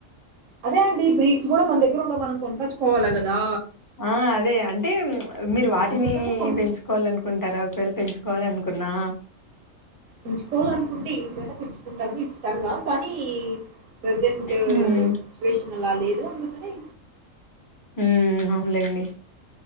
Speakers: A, on the right; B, on the left.
A: అదే అండి బ్రీడ్స్ కూడా మన దగ్గర ఉండవు మనం కొనుక్కచ్చుకోవాలా కదా
B: ఆ అదే అంటే
A: హ్మ్
B: మీరు వాటిని
A: అందుకని కొన్
B: పెంచుకోవాలనుకుంటారా ఒక వేళ పెంచుకోవాలనుకు పున్నా
A: పెంచుకోవాలనుకుంటే ఏంటివన్నా పెంచుకుంటాము ఇష్టంగా కానీ ప్రసెంట్
B: హ్మ్.
A: సుచ్యువేషన్ అలా లేదు అందుకని
B: ఉమ్ అవునలేండి